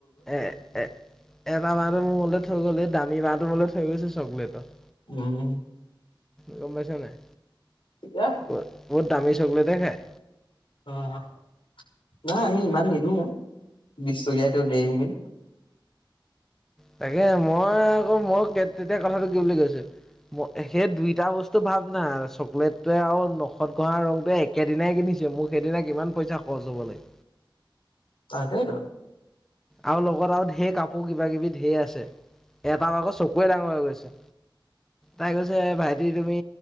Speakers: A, in the centre; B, on the left.
A: এ এ এটা মাহটো মোৰ মলে থৈ গ'ল দামী মাহটো ম থৈ গৈছে চকলেটৰ।
B: উম।
A: গম পাইছ নে নাই?
B: এতিয়া
A: বহুত বহুত দামী চকলেট য়ে খায়।
B: অ' নাই আমি ইমান নিদিওঁ, বিশ টকীয়াতো ডেইমিল
A: তাকে মই আকৌ মই তেতিয়া কথাটো কি বুলি কৈছো। সেই দুইটা বস্তু ভাৱ না চকলেটোৱে আৰু নখত ঘহা ৰংটোৱে একেদিনাই কিনিছ মোক সেইদিনা কিমান পইচা খৰচ হ'ব লাগ
B: তাকেইতো।
A: আৰু লগত আৰু ঢেৰ কাপোৰ কিবা কিবি ঢেৰ আছে। এটা আকৌ চকুৱে ডাঙৰ হৈ গৈছে। তাই কৈছে ভাইটি তুমি